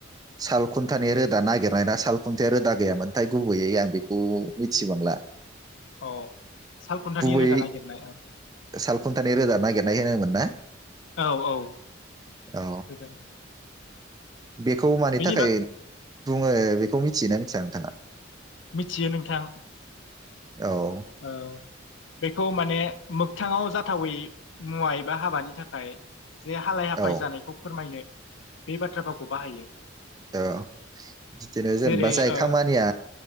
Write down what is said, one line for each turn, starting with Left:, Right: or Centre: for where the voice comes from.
Right: सालखुन्थानि रोदा नागिरनायना सालखुन्थाया रोदा गैयामोनथाय गुबैयै आं बेखौ मिथिबांला
Left: अ सालखुन्थानि
Right: गुबैयै
Left: रोदा नागिरनाय औ
Right: सालखुन्थानि रोदा नागिरनाय होनोमोन ना?
Left: औ औ
Right: औ
Left: रोदा
Right: बेखौ मानि
Left: बेनि
Right: थाखाय
Left: बाग
Right: बुङो बेखौ मिथियोना मिथिया नोंथाङा
Left: मिथियो नोंथां
Right: औ
Left: औ बेखौ माने मोगथाङाव जाथावै मुवा एबा हाबानि थाखाय बिदिनो हालाय हाफाय
Right: औ
Left: जानायखौ फोरमायनो बे बाथ्रा भावखौ बाहायो
Right: औ बिदिनो जेनेबा
Left: जेरै
Right: जाय
Left: ओ
Right: खामानिआ